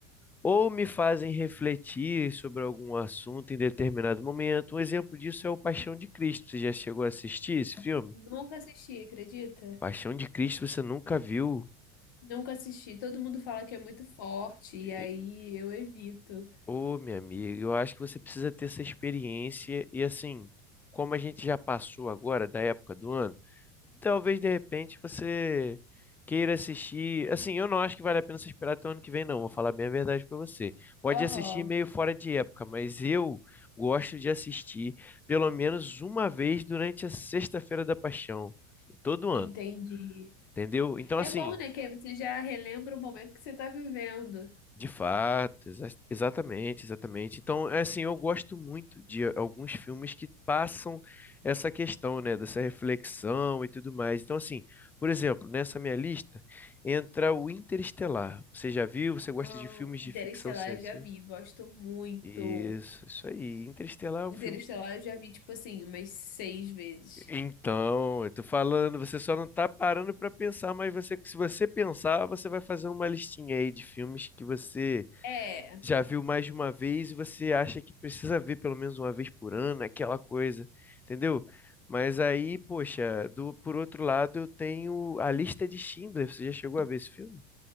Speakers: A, on the left (about 15°); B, on the left (about 75°).
A: ou me fazem refletir sobre algum assunto em determinado momento. Um exemplo disso é o Paixão de Cristo. Você já chegou a assistir esse filme?
B: Nunca assisti, acredita?
A: Paixão de Cristo você nunca viu?
B: Nunca assisti. Todo mundo fala que é muito forte, e
A: E-
B: aí eu evito.
A: Ô, minha amiga, eu acho que você precisa ter essa experiência. E assim, como a gente já passou agora da época do ano. talvez de repente você queira assistir. Assim, eu não acho que vale a pena você esperar até o ano que vem, não. Vou falar bem a verdade pra você. Pode
B: Aham,
A: assistir meio fora de época, mas eu gosto de assistir pelo menos uma vez durante a Sexta-feira da Paixão, todo ano,
B: entendi.
A: entendeu? Então,
B: É
A: assim,
B: bom, né? Que aí você já relembra o momento que você tá vivendo.
A: De fato, exa- exatamente, exatamente. Então, é assim, eu gosto muito de a- alguns filmes que passam essa questão, né, dessa reflexão e tudo mais. Então, assim, por exemplo, nessa minha lista entra o Interestelar. Você já viu? Você gosta
B: Ah,
A: de filmes de
B: Interestelar
A: ficção científica?
B: eu já vi, gosto muito.
A: Isso, isso aí. Interestelar é um
B: Interestelar
A: filme.
B: eu já vi, tipo assim, umas seis vezes.
A: Então, eu tô falando, você só não tá parando pra pensar, mas você, se você pensar, você vai fazer uma listinha aí de filmes que você
B: É. É,
A: já viu mais de uma vez e você acha que precisa ver pelo menos uma vez por ano, aquela coisa, entendeu? Mas aí, poxa, do, por outro lado, eu tenho a lista de Schindler. Você já chegou a ver esse filme?